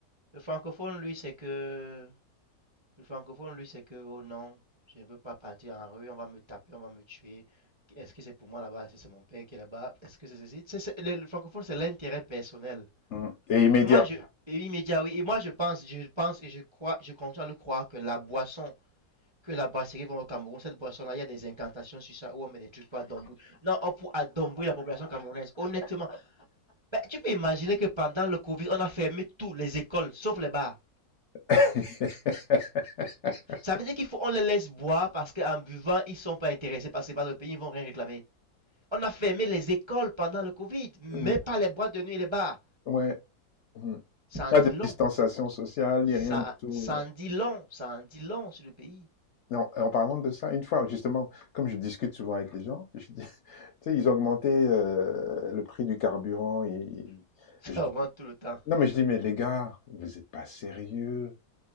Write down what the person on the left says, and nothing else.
Mm. Et immédiat.
<laughs>
Mm.
Ouais. Mm.
Pas
de
distanciation sociale,
ni rien du tout.
Et en, en parlant de ça, une fois, justement, comme je discute souvent avec les gens, je dis, <laughs> tu sais, ils ont augmenté euh, le prix du carburant. Et,
et je dis,
non, mais je dis, mais les gars, vous êtes pas sérieux.